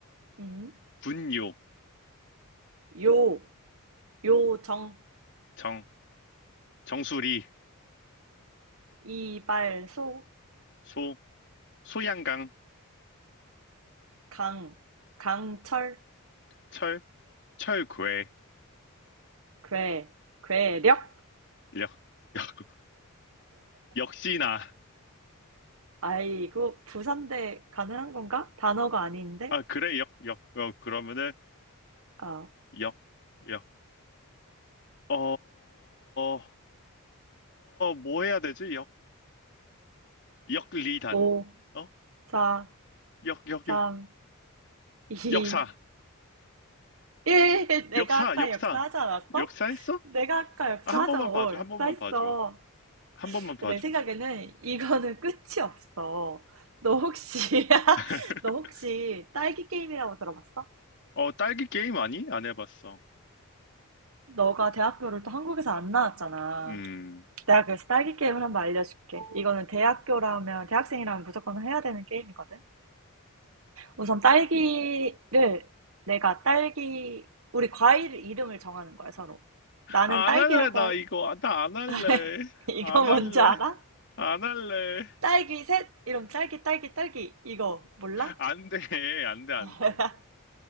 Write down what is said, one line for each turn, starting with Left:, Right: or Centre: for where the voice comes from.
Right: 음,
Left: 분요,
Right: 요, 요정,
Left: 정, 정수리,
Right: 이발소,
Left: 소, 소양강,
Right: 강, 강철,
Left: 철, 철괴,
Right: 괴, 괴력.
Left: 역, 역, <laughs> 역시나.
Right: 아이고, 부산대 가능한 건가? 단어가 아닌데?
Left: 아, 그래, 역, 역, 역, 그러면은,
Right: 아,
Left: 역, 역, 어, 어, 뭐 해야 되지? 역, 역리단.
Right: 5,
Left: 어?
Right: 4,
Left: 역, 역, 역.
Right: 3, 2, 1.
Left: 역사,
Right: <laughs> 내가
Left: 역사,
Right: 아까
Left: 역사.
Right: 역사하지 않았어?
Left: 역사 했어?
Right: 내가 아까 역사하자.
Left: 아, 한 번만
Right: 어,
Left: 봐줘, 한
Right: 역사했어.
Left: 번만 봐줘. 한 번만 봐줘.
Right: 내 생각에는 이거는 끝이 없어. 너 혹시, <laughs>
Left: <laughs>
Right: 너 혹시 딸기 게임이라고 들어봤어?
Left: 어, 딸기 게임 아니? 안 해봤어.
Right: 너가 대학교를 또 한국에서 안 나왔잖아.
Left: 음.
Right: 내가 그래서 딸기 게임을 한번 알려줄게. 이거는 대학교라면, 대학생이라면 무조건 해야 되는 게임이거든. 우선 딸기를, 내가 딸기, 우리 과일 이름을 정하는 거야, 서로. 나는
Left: 아,
Right: 딸기라고
Left: 안 할래, 나
Right: 할,
Left: 이거. 아, 나안 할래.
Right: <laughs> 이거
Left: 안
Right: 뭔지
Left: 할래.
Right: 알아?
Left: 안 할래.
Right: 딸기 셋? 이런 딸기, 딸기, 딸기. 이거 몰라?
Left: 안 돼, 안 돼, 안
Right: <laughs>
Left: 돼.